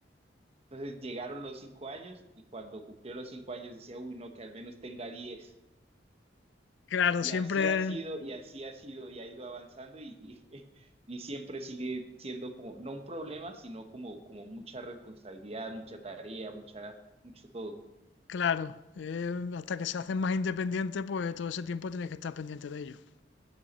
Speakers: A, on the right; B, on the left.
A: entonces llegaron los cinco años, y cuando cumplió los cinco años decía, uy, no, que al menos tenga diez.
B: Claro,
A: Y
B: siempre,
A: así ha sido, y así ha sido, y ha ido avanzando y, y, <laughs> y siempre sigue siendo como, no un problema, sino como, como mucha responsabilidad, mucha tarea, mucha, mucho todo.
B: claro. eh, hasta que se hacen más independientes, pues todo ese tiempo tienes que estar pendiente de ellos.